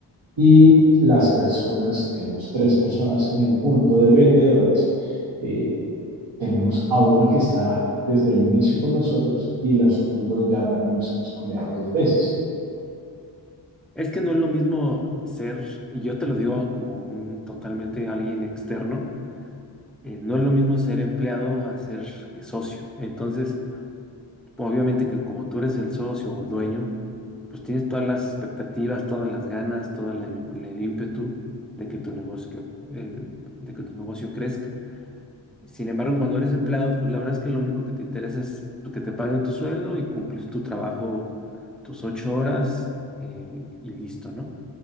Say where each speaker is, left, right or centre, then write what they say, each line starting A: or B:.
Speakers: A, on the right (about 85°); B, in the centre.
A: y las personas, tenemos tres personas en el punto de vendedores, eh, tenemos a una que está desde el inicio con nosotros y las otras dos ya también los hemos cambiado dos veces.
B: Es que no es lo mismo ser, y yo te lo digo como un totalmente alguien externo, eh, no es lo mismo ser empleado a ser eh, socio. Entonces, obviamente que como tú eres el socio o dueño, pues tienes todas las expectativas, todas las ganas, todo el ímpetu de que tu negocio, eh, de que tu negocio crezca. Sin embargo, cuando eres empleado, pues la verdad es que lo único que te interesa es pues, que te paguen tu sueldo y cumplir tu trabajo, tus ocho horas eh, y listo, ¿no?